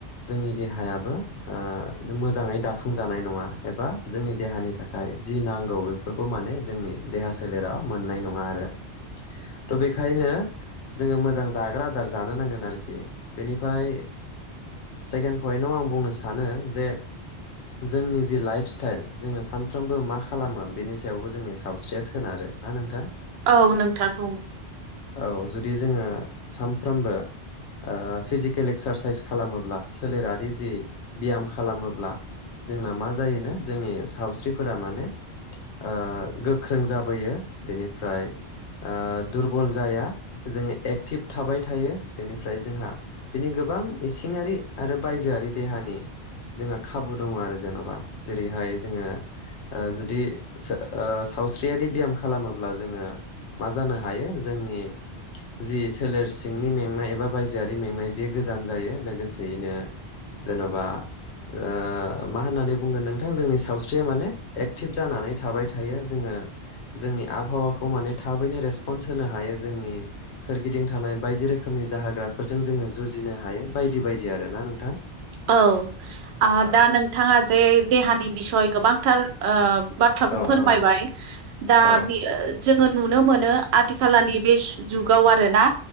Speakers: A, on the left (about 80°); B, on the right (about 75°).
A: जोंनि देहायाबो ओ मोजाङै दाफुंजानाय नङा एबा जोंनि देहानि थाखाय जि नांगौ बेफोरखौ माने जोंनि देहा सोलेराव मोननाय नङा आरो। थ' बेखायनो जोङो मोजां जाग्रा आदार जानो नांगोन आरोखि। बेनिफ्राय सेकेणन्ड पइन्टआव आं बुंनो सानो जे जोंनि जि लाइफ स्टाइल जोङो सानफ्रोमबो मा खालामो बेनि सायावबो जोंनि सावस्रिया सोनारो। ना नोंथां?
B: औ नोंथारगौ।
A: औ जुदि जोङो सानफ्रोमबो औ फिजिकेल एक्सारसाइस खालामोब्ला सोलेरारि जि बियाम खालामोब्ला जोंना मा जायोनो जोंनि सावस्रिफोरा माने ओ गोख्रों जाबोयो बेनिफ्राय ओ दुरबल जाया जोङो एक्टिभ थाबाय थायो। बेनिफ्राय जोंहा बिनि गोबां बां इसिंआरि आरो बायजोआरि देहानि जोंहा खाबु दङ' आरो जेन'बा जेरैहाय जोङो ओ जुदि सो ओ सावस्रियारि बियाम खालामोब्ला जोङो मा जानो हायो जोंनि जि सोलेर सिंनि मेंनाय एबा बायजोआरि मेंनाय बेयो गोजान जायो। लोगोसेयैनो जेन'बा ओ मा होननानै बुंगोन नोंथां जोंनि सावस्रिया माने एक्टिभ जानानै थाबाय थायो जोङो जोंनि आबहावाखौ माने थाबैनो रेसपन्स होनो हायो जोंनि सोरगिदिं थानाय बायदि रोखोमनि जाहाग्राफोरजों जोङो जुजिनो हायो बायदि बायदि आरो ना नोंथां।
B: औ आ
A: ओ
B: दा नोंथाङा जे देहानि बिसय गोबांथार ओम बाथ्राखौ
A: औ
B: फोरमायबाय।
A: औ
B: दा
A: औ
B: बेयो जोङो नुनो मोनो आथिखालानि बे सु जुगाव आरो ना